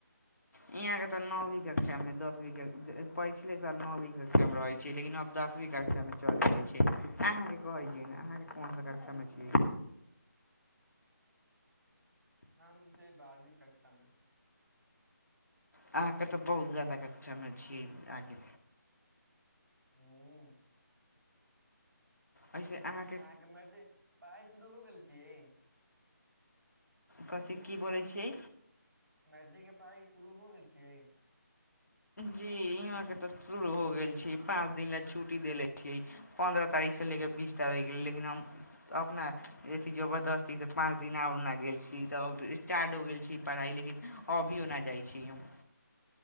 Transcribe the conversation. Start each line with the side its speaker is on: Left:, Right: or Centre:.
Left: यहाँ के तऽ नौवीं कक्षा मे दसवी कक्षा पछिले साल नौवी कक्षा मे रहे छै लेकिन अब दसवी कक्षा मे चल गेले छै अहाँ कहै छी नऽ अहाँके कोन सा कक्षा मे छी
Centre: हम छियै बारहवी कक्षा मे
Left: अहाँके तऽ बहुत ज्यादा कक्षामे छी आगे
Centre: हूँ
Left: एहिसे अहाँ
Centre: अहाँके मरदे पढ़ाइ शुरू हो गेल छियै
Left: कथी की बोलै छियै
Centre: मैट्रिक के पढ़ाई शुरू हो गेल छियै
Left: जी इहाँके तऽ शुरू हो गेल छै पाँच दिन लेलए छुट्टी देले छियै पन्द्रह तारीख से लेके बीस तारीख लेऽ लेकिन हम तऽ अपना अथी जबर दस दिनसँ पाँच दिन आ ओरना गेल छी तब स्टार्ट हो गेल छी पढ़ाई लेकिन अभियो नहि जाई छी हम